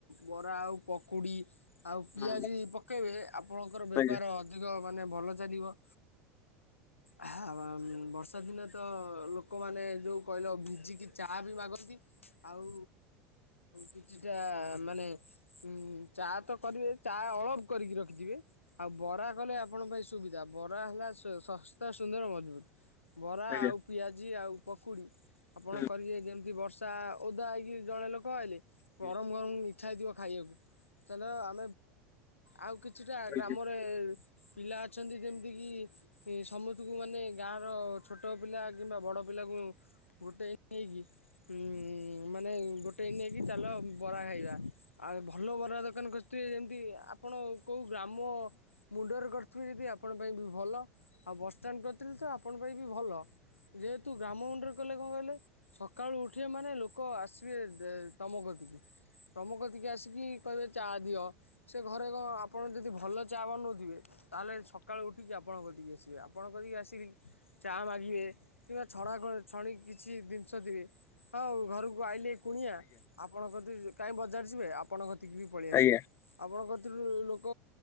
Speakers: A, on the left; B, on the left.
A: ବରା ଆଉ ପକୁଡ଼ି ଆଉ ପିଆଜି
B: ହୁଁ,
A: ପକେଇବେ ଆପଣଙ୍କର ବେପାର
B: ଆଜ୍ଞା
A: ଅଧିକ ମାନେ ଭଲ ଚାଲିବ। ହ ବର୍ଷା ଦିନେ ତ ଲୋକମାନେ ଯୋଉ କହିଲ ଭିଜିିକି ଚା ବି ମାଗନ୍ତି। ଆଉ କିଛିଟା ମାନେ ଉ ଚା ତ କରିବେ ଚା ଅଳପ କରିକି ରଖିଥିବେ ଆଉ ବରା କଲେ ଆପଣଙ୍କ ପାଇଁ ସୁବିଧା ବରା ହେଲା ସ ଶସ୍ତା ସୁନ୍ଦର ମଜବୁତ। ବରା
B: ଆଜ୍ଞା
A: ଆଉ ପିଆଜି ଆଉ ପକୁଡ଼ି ଆପଣ
B: ହୁଁ।
A: କରିବେ ଯେମିତି ବର୍ ଓଦା ହେଇକି ଜଣେ ଲୋକ ଆଇଲେ,
B: ହୁଁ,
A: ଗରମ ଗରମ ଇଚ୍ଛା ହେଇଥିବ ଖାଇବାକୁ। ତାହେଲେ ଆଉ କିଛିଟା
B: ଆଜ୍ଞା
A: ଗ୍ରାମରେ
B: ଆଜ୍ଞା ଆଜ୍ଞା ହୁଁ ହୁଁ।
A: ପିଲା ଅଛନ୍ତି ଯେମିତିକି ସମସ୍ତଙ୍କୁ ମାନେ ଗାଁ ର ଛୋଟ ପିଲା କିମ୍ବା ବଡ ପିଲା କୁ ଗୋଟେ ଉଁ ମାନେ ଗୋଟେଇକି ନେଇକି ଚାଲ ବରା ଖାଇବା। ଆଉ ଭଲ ବରା ଦୋକାନ ଖୋ ତେ ଯେମିତି ଆପଣ କେଉଁ ଗ୍ରାମ ମୁଣ୍ଡରେ କରିଥିବେ ଯଦି ଆପଣ ପାଇଁ ବି ଭଲ। ଆ ଆଉ ବସଷ୍ଟାଣ୍ଡ କରିଥିଲି ତ ଆପଣ ପାଇଁ ବି ଭଲ। ଯେହେତୁ ଗ୍ରାମ ମୁଣ୍ଡରେ କଲେ କଣ କହିଲେ ସକାଳୁ ଉଠିବେ ମାନେ ଲୋକ ଆସିବେ ତମ କତି ତମ କତିକି ଆସିକି କହିବେ ଚା ଦିଅ। ସେ ଘରେ କଣ ଆପଣ ଯଦି ଭଲ ଚା ବନଉଥିବେ ତାହେଲେ ସକାଳୁ ଉଠିକି ଆପଣଙ୍କ କତିକି ଆସିବେ। ଆସିବେ ଆପଣ କରିକି ଆସିକି ଚା ମାଗିବେ କିମ୍ବା ଛଣା ଛଣି କିଛି ଜିନିଷ। <unintelligible> ହଉ ଘରକୁ ଆଇଲି କୁଣିଆ, ଆପଣଙ୍କ କତିକି କାଇଁ ବଜାର ଯିବେ ଆପଣ କତିକି ବି ପଳେଇ
B: ଆଜ୍ଞା
A: ଆସିବେ।
B: ହୁଁ ଆଜ୍ଞା ଆଜ୍ଞା
A: ଆପଣଙ୍କ ଏଥିରୁ ଲୋକ